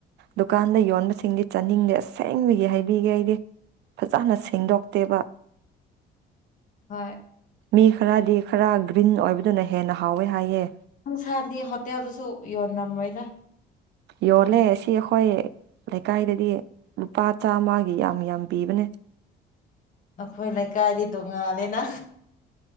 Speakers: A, on the right; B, on the left.
A: ꯗꯨꯀꯥꯟꯗ ꯌꯣꯟꯕꯁꯤꯡꯗꯤ ꯆꯥꯅꯤꯡꯗꯦ ꯑꯁꯦꯡꯕꯒꯤ ꯍꯥꯏꯕꯤꯒꯦ ꯑꯩꯗꯤ ꯐꯖꯅ ꯁꯦꯡꯗꯣꯛꯇꯦꯕ
B: ꯍꯣꯏ
A: ꯃꯤ ꯈꯔꯗꯤ ꯈꯔ ꯒ꯭ꯔꯤꯟ ꯑꯣꯏꯕꯗꯨꯅ ꯍꯦꯟꯅ ꯍꯥꯎꯋꯦ ꯍꯥꯏꯌꯦ꯫
B: ꯁꯥꯗꯤ ꯍꯣꯇꯦꯜꯗꯨꯁꯨ ꯌꯣꯟ ꯅꯝꯃꯣꯏꯗ
A: ꯌꯣꯜꯂꯦ ꯁꯤ ꯑꯩꯈꯣꯏ ꯂꯩꯀꯥꯏꯗꯗꯤ ꯂꯨꯄꯥ ꯆꯥꯃꯒꯤ ꯌꯥꯝ ꯌꯥꯝ ꯄꯤꯕꯅꯦ꯫
B: ꯅꯈꯣꯏ ꯂꯩꯀꯥꯏꯗꯤ ꯇꯣꯉꯥꯂꯅꯅ